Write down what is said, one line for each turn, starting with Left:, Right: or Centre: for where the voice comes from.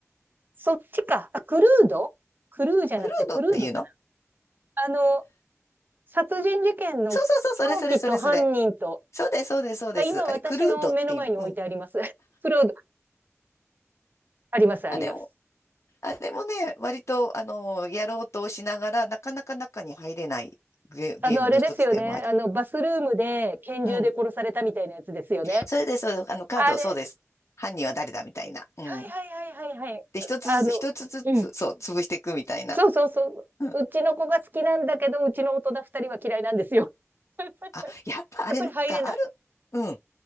Right: そっちか。あ、クルードクルーじゃなくてクルードかな。
Left: クルードっていうの
Right: あの、殺人事件の凶器と犯人と、
Left: そうそうそう、それそれそれそれ。そうです、そうです、そうです。
Right: あ、今私の目の前に置いてあります。
Left: あれ、クルードっていうの。うん。
Right: <laughs> クルード、あります、
Left: あれも、
Right: あります。
Left: あれもね、割と、あの、やろうとしながら、なかなか中に入れないゲ、ゲームの一つでもあり。
Right: あの、あれですよね。あの、バスルームで拳銃で殺されたみたいなやつですよね。
Left: うん。それで、そう、あの、カード、
Right: あれ、
Left: そうです。犯人は誰だみたいな。うん。
Right: はいはいはいはいはい。
Left: で、一つずつ、
Right: あの、
Left: 一つずつ、
Right: うん。
Left: そう、潰していくみたいな。
Right: そうそうそう。
Left: うん。
Right: うちの子が好きなんだけど、うちの大人二人は嫌いなんですよ。<laughs>
Left: あ、やっぱあれなんかある。
Right: やっぱり入れない。
Left: うん。